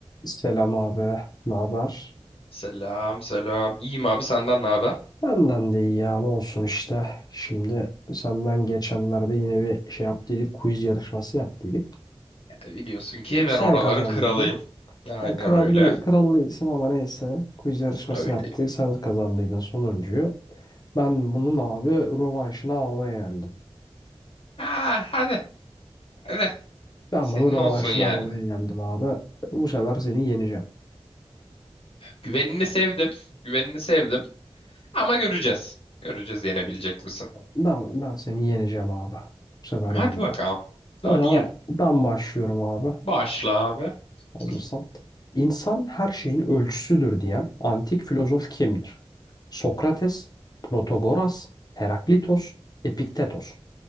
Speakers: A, on the left; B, on the left.
A: Selam abi, ne haber?
B: Selam selam. İyiyim abi senden ne haber?
A: Benden de iyi ya, ne olsun işte. Şimdi senden geçenlerde yine bir şey yaptıydık, quiz yarışması yaptıydık.
B: E, Biliyorsun ki
A: Sen
B: ben oraların
A: kazandıydın.
B: kralıyım. Aynen
A: Ya krallı,
B: öyle.
A: krallıydın ama neyse. Quiz yarışması
B: Öyle.
A: yaptık, sen kazandıydın sonuncuyu. Ben bunun abi rövanşını almaya geldim.
B: Ha, hadi hadi.
A: Ben
B: Senin
A: bunun rövanşını
B: olsun yani.
A: almaya geldim abi. Bu sefer seni yeneceğim.
B: Güvenini sevdim. Güvenini sevdim. Ama göreceğiz. Göreceğiz yenebilecek misin?
A: Ben, ben seni yeneceğim abi. Bu sefer
B: Hadi
A: yeneceğim.
B: bakalım.
A: O
B: Hadi
A: zaman
B: yen.
A: ben başlıyorum abi.
B: Başla abi.
A: Hazırsan.
B: <clears throat>
A: İnsan her şeyin ölçüsüdür diyen antik filozof kimdir? Sokrates, Protagoras, Heraklitos, Epiktetos.